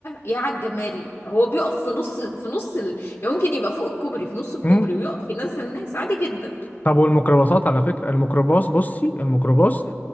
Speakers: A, on the left; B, on the left.
A: يا على الجمال هو بيقف في نص في نص ال... يعني ممكن يبقى فوق الكوبري في نص الكوبري
B: امم
A: ويقف ينزل ناس عادي جدا
B: طب والميكروباصات على فكره الميكروباص بصي الميكروباص